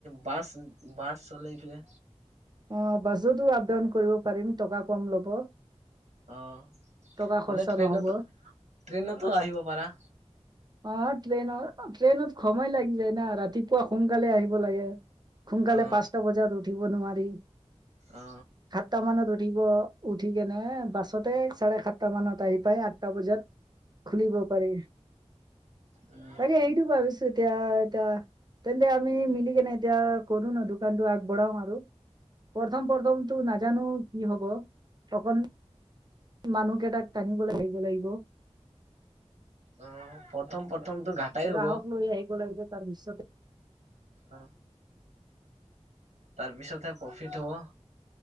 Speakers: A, on the right (about 85°); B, on the right (about 35°).
A: বাছ -বাছ চলে এতিয়া।
B: অহ, বাছতো আপ- ডাউন কৰিব পাৰিম টকা কম ল'ব।
A: অহ,
B: টকা খৰচা
A: নে ট্ৰেইনত
B: নহ'ব
A: -ট্ৰেইনতো আহিব পাৰা।
B: অ ট্ৰেইনত- ট্ৰেইনত সময় লাগি যায় না ৰাতিপুৱা সোনকালে আহিব লাগে সোনকালে
A: অ
B: পাঁচটা বজাত উঠিব নোৱাৰি
A: অ
B: সাততা মানত উঠিব উঠি কেনে বাছতে চাৰে সাতটা মানত আহি পাই আঠটা বজাত খুলিব পাৰি
A: উম
B: তাকে হেইটো ভাবিছো এতিয়া- এতিয়া তেন্তে আমি মিলি কেনে এতিয়া কৰো ন' দোকানটো আগবঢ়াও আৰু প্ৰথম- প্ৰথমটো নাজানো কি হব তখন মানুহ কেইটাক টানিবলৈ আহিব লাগিব
A: অহ, প্ৰথম -প্ৰথমটো ঘাটাই
B: গ্ৰাহক
A: হ'ব।
B: লৈ আহিব লাগিব তাৰ পিছতে
A: অহ, তাৰপিছতহে প্ৰফিট হব।